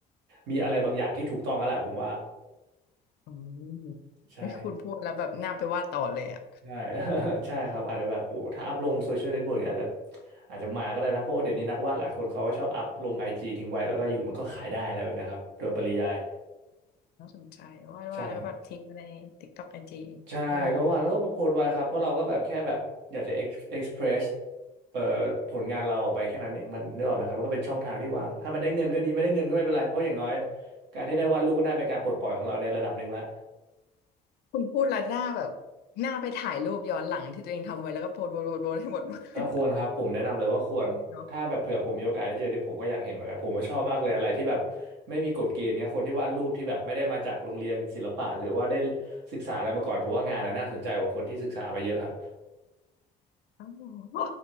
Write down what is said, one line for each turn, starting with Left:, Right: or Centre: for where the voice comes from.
Right: มีอะไรบางอย่างที่ถูกต้องแล้วแหละผมว่า
Left: อืม
Right: ใช่
Left: ไม่คุณพูดแล้วแบบน่าไปวาดต่อเลยอะ
Right: ใช่ <laughs> ใช่ครับอาจจะแบบโหถ้าอัพลงโซเชียลเน็ตเวิร์กเนี่ยอาจจะอาจจะมาก็ได้นะเพราะว่าเดี๋ยวนี้นักวาดหลายคนเขาก็ชอบอัพลงไอจีทิ้งไว้แล้วก็อยู่มันก็ขายได้อะไรแบบเนี้ยครับโดยปริยาย
Left: น่าสนใจวาดวาดแล้วก็แบบทิ้งไว้ในติ๊กต็อกไอจี
Right: ใช่ ใช่ก็ว่าแล้วก็โพสต์ไว้ครับเพราะเราก็แบบแค่แบบอยากจะเอ็กเอ็กซ์เพรส
Left: อืม
Right: เอ่อผลงานเราออกไปแค่นั้นเองมันเนื้อออกไหมครับมันก็เป็นช่องทางที่วางถ้ามันได้เงินก็ดีไม่ได้เงินก็ไม่เป็นไรเพราะอย่างน้อยการที่ได้วาดรูปก็น่าเป็นการปลดปล่อยของเราในระดับหนึ่งแล้ว
Left: คุณพูดแล้วหน้าแบบหน้าไปถ่ายรูปย้อนหลังที่ตัวเองทำไว้แล้วก็โพสต์โพสต์โพสต์โพสต์ให้หมด <laughs>
Right: เออควรครับผมแนะนำเลยว่าควรถ้าแบบเผื่อผมมีโอกาสได้เจอที่ผมก็อยากเห็นเหมือนกันผมก็ชอบมากเลยอะไรที่แบบไม่มีกฎเกณฑ์เนี้ยคนที่วาดรูปที่แบบไม่ได้มาจากโรงเรียนศิลปะหรือว่าได้
Left: เนาะ
Right: ศึกษาอะไรมาก่อนผมว่างานน่ะน่าสนใจกว่าคนที่ศึกษามาเยอะครับ
Left: อ้าวไม